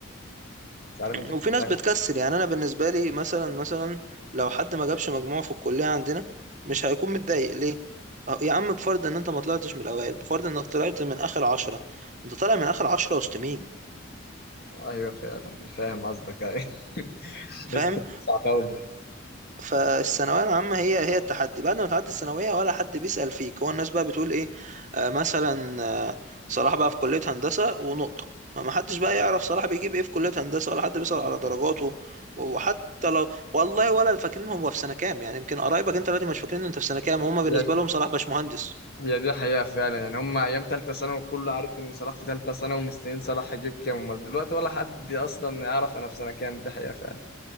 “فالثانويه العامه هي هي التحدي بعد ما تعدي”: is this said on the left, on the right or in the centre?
Right